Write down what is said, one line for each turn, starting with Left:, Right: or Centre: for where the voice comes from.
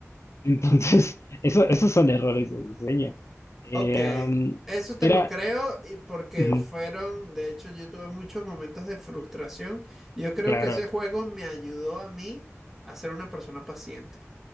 Left: Entonces, <laughs> eso, esos son errores de diseño. Eh,
Centre: ok.
Left: am,
Centre: Eso te
Left: era,
Centre: lo creo y porque
Left: ujú,
Centre: fueron, de hecho, yo tuve muchos momentos de frustración. Yo creo
Left: claro.
Centre: que ese juego me ayudó a mí a ser una persona paciente.